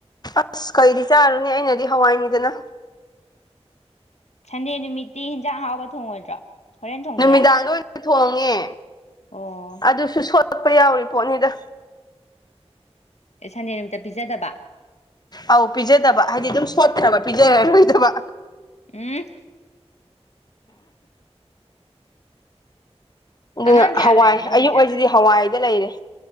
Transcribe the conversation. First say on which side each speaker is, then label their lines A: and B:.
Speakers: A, on the left; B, on the left.
A: ꯑꯁ ꯀꯩꯗꯤ ꯆꯥꯔꯨꯅꯦ ꯑꯩꯅꯗꯤ ꯍꯋꯥꯏꯅꯤꯗꯅ
B: ꯁꯟꯗꯦ ꯅꯨꯃꯤꯠꯇꯤ ꯍꯤꯟꯖꯥꯡ ꯑꯍꯥꯎꯕ ꯊꯣꯡꯉꯣꯏꯗ꯭ꯔꯣ ꯍꯣꯔꯦꯟ ꯊꯣꯡꯗꯣꯏꯔꯥ
A: ꯅꯨꯃꯤꯗꯥꯡꯗ ꯑꯣꯏꯅ ꯊꯣꯡꯉꯦ
B: ꯑꯣ
A: ꯑꯗꯨꯁꯨ ꯁꯣꯠꯄ ꯌꯥꯎꯔꯤ ꯄꯣꯠꯅꯤꯗ
B: ꯑꯦ ꯁꯟꯗꯦ ꯅꯨꯃꯤꯠꯇ ꯄꯤꯖꯗꯕ
A: ꯑꯧ ꯄꯤꯖꯗꯕ ꯍꯥꯏꯗꯤ ꯑꯗꯨꯝ ꯁꯣꯠꯈ꯭ꯔꯕ ꯄꯤꯖꯔꯔꯣꯏꯗꯕ
B: ꯎꯝ
A: ꯑꯗꯨꯅ
B: ꯑꯉꯥꯡ ꯀꯌꯥ
A: ꯍꯋꯥꯏ
B: ꯂꯩꯔꯤꯅꯣ
A: ꯑꯌꯨꯛ
B: ꯍꯧꯖꯤꯛ
A: ꯍꯥꯏꯁꯤꯗꯤ ꯍꯋꯥꯏꯗ ꯂꯩꯔꯦ